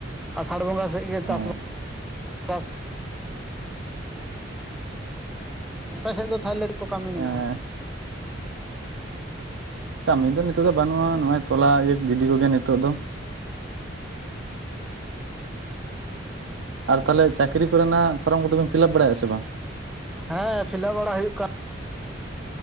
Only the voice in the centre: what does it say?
ᱟᱥᱟᱲ ᱵᱚᱸᱜᱟ ᱥᱮᱫ ᱜᱮ ᱪᱟᱥ
ᱵᱟᱥ ᱟᱯᱮ ᱥᱮᱫ ᱫᱚ ᱛᱟᱦᱚᱞᱮ ᱠᱚ ᱠᱟᱹᱢᱤ
ᱢᱮᱱᱟᱜᱼᱟ
ᱦᱮᱸ ᱯᱷᱞᱟ ᱵᱟᱲᱟ ᱦᱩᱭᱩᱜ ᱠᱟᱱ